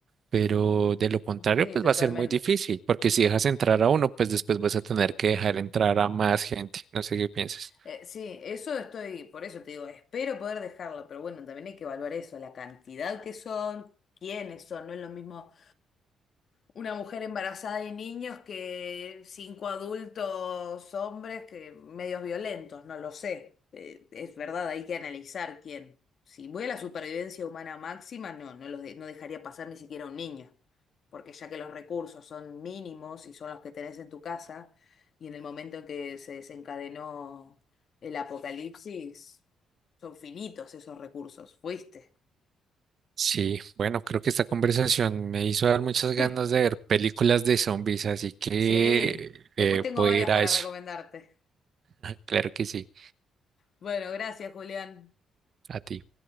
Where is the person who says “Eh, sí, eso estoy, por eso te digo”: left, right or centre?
Left